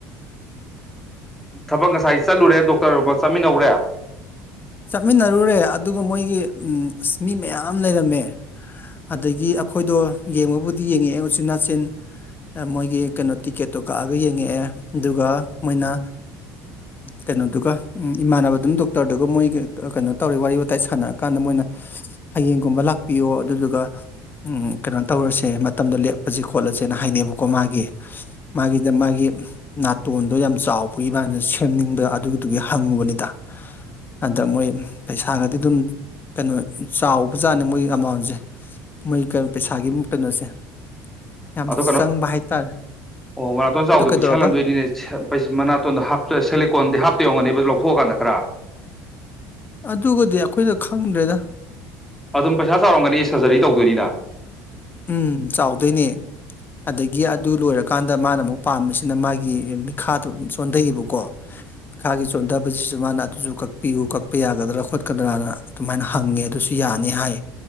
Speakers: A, in the centre; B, on the left (about 30°).
A: ꯊꯕꯛ ꯉꯁꯥꯏ ꯆꯠꯂꯨꯔꯦ ꯗꯣꯛꯇꯔ ꯑꯃ ꯆꯠꯃꯤꯟꯅꯧꯔꯦ
B: ꯆꯠꯃꯤꯟꯅꯔꯨꯔꯦ ꯑꯗꯨꯒ ꯃꯣꯏꯒꯤ ꯑ ꯃꯤ ꯃꯌꯥꯝ ꯂꯩꯔꯝꯃꯦ ꯑꯗꯒꯤ ꯑꯩꯈꯣꯏꯗꯣ ꯌꯦꯡꯕꯕꯨꯗꯤ ꯌꯦꯡꯉꯛꯑꯦ ꯎꯆꯤꯟ ꯅꯥꯆꯤꯟ ꯃꯣꯏꯒꯤ ꯀꯩꯅꯣ ꯇꯤꯛꯀꯦꯠꯇꯣ ꯀꯛꯑꯒ ꯌꯦꯡꯉꯛꯑꯦ ꯑꯗꯨꯒ ꯃꯣꯏꯅ ꯀꯩꯅꯣꯗꯨꯒ ꯏꯃꯥꯟꯅꯕꯗꯨꯅ ꯗꯣꯛꯇꯔꯗꯨꯒ ꯃꯣꯏ ꯀꯩꯅꯣ ꯇꯧꯔꯦ ꯋꯥꯔꯤ ꯋꯥꯇꯥꯏ ꯁꯥꯟꯅꯔꯀꯥꯟꯗ ꯃꯣꯏꯅ ꯍꯌꯦꯡꯒꯨꯝꯕ ꯂꯥꯛꯄꯤꯌꯣ ꯑꯗꯨꯗꯨꯒ ꯀꯩꯅꯣ ꯇꯧꯔꯁꯦ ꯃꯇꯝꯗꯣ ꯂꯦꯞꯄꯁꯦ ꯈꯣꯠꯂꯁꯦꯅ ꯍꯥꯏꯅꯩꯑꯕꯀꯣ ꯃꯥꯒꯤ ꯃꯥꯒꯤꯗ ꯃꯥꯒꯤ ꯅꯥꯇꯣꯟꯗꯣ ꯌꯥꯝ ꯆꯥꯎꯕꯒꯤ ꯃꯥꯅ ꯁꯦꯝꯅꯤꯡꯕ ꯑꯗꯨꯒꯤꯗꯨꯒꯤ ꯍꯪꯉꯨꯕꯅꯤꯗ ꯑꯗ ꯃꯣꯏ ꯄꯩꯁꯥꯒꯗꯤ ꯑꯗꯨꯝ ꯀꯩꯅꯣ ꯆꯥꯎꯕꯖꯥꯠꯅꯦ ꯃꯣꯏ ꯑꯦꯃꯥꯎꯟꯁꯦ ꯃꯣꯏ ꯄꯩꯁꯥꯒꯤ ꯀꯩꯅꯣꯁꯦ ꯌꯥꯝ
A: ꯑꯗꯣ ꯀꯩꯅꯣ
B: ꯆꯪꯕ ꯍꯥꯏꯇꯥꯔꯦ
A: ꯑꯣ ꯃꯅꯥꯇꯣꯟ ꯆꯥꯎꯕꯗ
B: ꯑꯗꯨ ꯀꯩꯗꯧꯔꯕ
A: ꯄꯤꯛꯁꯜꯍꯟꯗꯣꯏꯅꯤꯅꯦ ꯃꯅꯥꯇꯣꯟꯗ ꯍꯥꯞ ꯀꯣꯟꯗꯤ ꯍꯥꯞꯇ ꯌꯧꯉꯅꯤꯕꯗꯨ ꯂꯧꯊꯣꯛꯑꯀꯥꯟꯗ ꯈꯔ
B: ꯑꯗꯨꯒꯗꯤ ꯑꯩꯈꯣꯏꯅ ꯈꯪꯗ꯭ꯔꯦꯗ
A: ꯑꯗꯨꯝ ꯄꯩꯁꯥ ꯆꯥꯎꯔꯝꯒꯅꯤ ꯁꯔꯖꯔꯤ ꯇꯧꯗꯣꯏꯅꯤꯅ
B: ꯎꯝ ꯆꯥꯎꯗꯣꯏꯅꯦ ꯑꯗꯒꯤ ꯑꯗꯨ ꯂꯣꯏꯔꯀꯥꯟꯗ ꯃꯥꯅ ꯑꯃꯨꯛ ꯄꯥꯝꯃꯤꯕꯁꯤꯅ ꯃꯥꯒꯤ ꯃꯤꯈꯥꯗꯣꯝ ꯆꯣꯟꯊꯩꯌꯦꯕꯀꯣ ꯃꯤꯈꯥꯒꯤ ꯆꯣꯟꯊꯕꯁꯤꯁꯨ ꯃꯥꯅ ꯑꯗꯨꯁꯨ ꯀꯛꯄꯤꯌꯨ ꯀꯛꯄ ꯌꯥꯒꯗ꯭ꯔꯥ ꯈꯣꯠꯀꯗ꯭ꯔꯥꯅ ꯑꯗꯨꯃꯥꯏꯅ ꯍꯪꯉꯦ ꯑꯗꯨꯁꯨ ꯌꯥꯅꯤ ꯍꯥꯏ